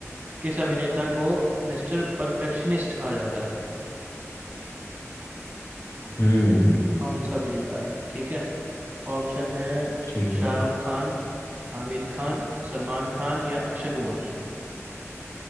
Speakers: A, on the right; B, on the left.
A: किस अभिनेता को मिस्टर परफेक्शनिस्ट कहा जाता है
B: हम्म
A: कौन सा अभिनेता है ठीक है ऑप्शन है
B: ठीक
A: शाहरुख
B: है
A: खान आमिर खान सलमान खान या अक्षय कुमार